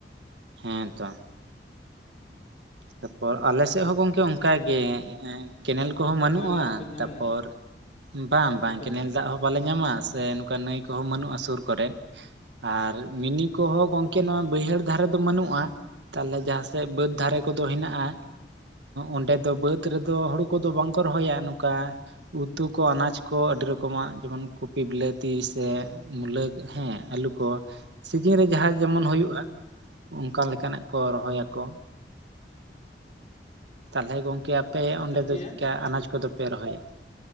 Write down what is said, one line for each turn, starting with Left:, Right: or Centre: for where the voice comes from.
Right: ᱦᱮᱸ ᱛᱚ ᱛᱟᱯᱚᱨ ᱟᱞᱮ ᱥᱮᱫ ᱦᱚᱸ ᱜᱚᱢᱠᱮ ᱚᱱᱠᱟ ᱜᱮ ᱠᱮᱱᱮᱞ ᱠᱚᱦᱚᱸ ᱵᱟᱹᱱᱩᱜᱼᱟ
Left: ᱠᱮᱱᱮᱞ ᱫᱟᱜ ᱯᱮ ᱧᱟᱢᱮᱜᱼᱟ
Right: ᱛᱟᱯᱚᱨ ᱵᱟᱝ ᱵᱟᱝ
Left: ᱵᱟᱯᱮ
Right: ᱠᱮᱱᱮᱞ
Left: ᱧᱟᱢᱟ
Right: ᱫᱟᱜ ᱦᱚᱸ ᱵᱟᱞᱮ ᱧᱟᱢᱟ ᱥᱮ ᱱᱚᱝᱠᱟ ᱱᱟᱹᱭ ᱠᱚ ᱦᱚᱸ ᱵᱟᱹᱱᱩᱜ-ᱟ ᱥᱩᱨ ᱠᱚᱨᱮ ᱟᱨ ᱢᱤᱱᱤ ᱠᱚᱦᱚᱸ ᱜᱚᱢᱠᱮ ᱱᱚᱣᱟ ᱵᱟᱹᱭᱦᱟᱹᱲ ᱫᱷᱟᱨᱮ ᱫᱚ ᱢᱟᱹᱱᱩᱜᱼᱟ ᱛᱟᱦᱚᱞᱮ ᱡᱟᱦᱟᱸ ᱥᱮᱫ ᱵᱟᱹᱫᱽ ᱫᱷᱟᱨᱮ ᱠᱚᱫᱚ ᱦᱮᱱᱟᱜᱼᱟ ᱚᱸᱰᱮ ᱫᱚ ᱵᱟᱹᱫᱽ ᱨᱮᱫᱚ ᱦᱩᱲᱩ ᱠᱚᱫᱚ ᱵᱟᱝ ᱠᱚ ᱨᱚᱦᱚᱭᱟ ᱱᱚᱝᱠᱟ ᱩᱛᱩ ᱠᱚ ᱟᱱᱟᱡᱽ ᱠᱚ ᱟᱹᱰᱤ ᱨᱚᱠᱚᱢᱟᱜ ᱡᱮᱢᱚᱱ ᱠᱚᱯᱤ, ᱵᱤᱞᱟᱹᱛᱤ ᱥᱮ ᱢᱩᱞᱟᱹ ᱦᱮᱸ ᱟᱹᱞᱩ ᱠᱚ ᱥᱤᱡᱤᱱ ᱨᱮ ᱡᱟᱦᱟᱸ ᱡᱮᱢᱚᱱ ᱦᱩᱭᱩᱜ-ᱟ᱾ ᱚᱝᱠᱟ ᱞᱮᱠᱟ ᱱᱟᱜ ᱠᱚ ᱨᱚᱦᱚᱭᱟ ᱠᱚ ᱛᱟᱦᱚᱞᱮ ᱜᱚᱢᱠᱮ ᱟᱯᱮ ᱚᱸᱰᱮ
Left: ᱪᱟᱥ
Right: ᱫᱚ
Left: ᱜᱮᱭᱟ
Right: ᱪᱮᱠᱟ ᱟᱱᱟᱡᱽ ᱠᱚᱫᱚ ᱯᱮ ᱨᱚᱦᱚᱭᱟ